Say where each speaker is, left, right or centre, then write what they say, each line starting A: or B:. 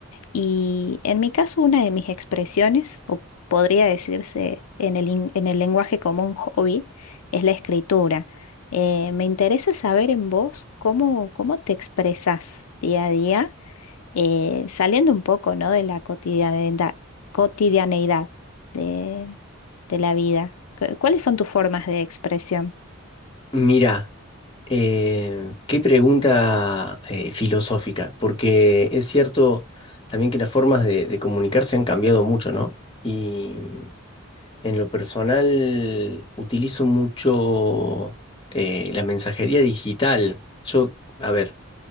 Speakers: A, on the left; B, on the left.
A: y en mi caso una de mis expresiones, o podría decirse en el, in- en el lenguaje común hobby, es la escritura. Eh, me interesa saber en vos cómo, cómo te expresas día a día eh, saliendo un poco, ¿no? de la cotidianeidad, cotidianeidad de, de la vida. Cu- ¿Cuáles son tus formas de expresión?
B: Mira, eh, qué pregunta eh, filosófica, porque es cierto también que las formas de, de comunicarse han cambiado mucho, ¿no? Y en lo personal utilizo mucho eh, la mensajería digital. Yo, a ver,